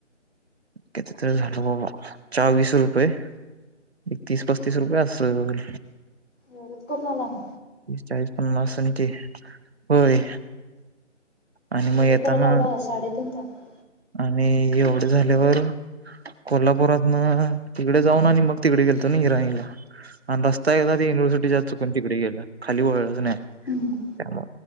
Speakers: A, on the right; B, on the left.
A: केत तरी झालं बाबा. चा वीस रुपये- एकतीस पस्तीस रुपये असल.
B: एवढंच करून आला ना
A: चाळीस पन्नास आणखी. होय. आणि
B: एवढं
A: मग येताना
B: करायला एवढा साडेतीन तास -
A: आणि एवढे झाल्यावर- कोल्हापुरात ना तिकडे जाऊन आणि मग तिकडे गेलतो ना ईराणीला. आणि रस्ता आहे एकदा ते युनिव्हर्सिटीच्या चुकून तिकडे गेलो. खाली गेलोच नाही.
B: हम्म
A: त्यामु